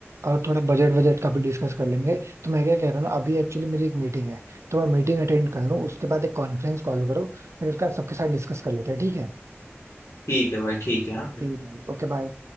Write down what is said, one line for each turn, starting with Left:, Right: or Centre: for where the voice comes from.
Right: और थोड़ा बजट बजट का भी डिस्कस कर लेंगे तो मैं क्या कह रहा हूँ ना अभी एक्चुअली मेरी एक मीटिंग है तो मैं मीटिंग अटेंड कर लूँ उसके बाद एक कॉन्फ्रेंस कॉल करो फिर उसका सबके साथ डिस्कस कर लेते हैं ठीक है
Left: ठीक है भाई ठीक है हाँ
Right: ठीक है ओके बाय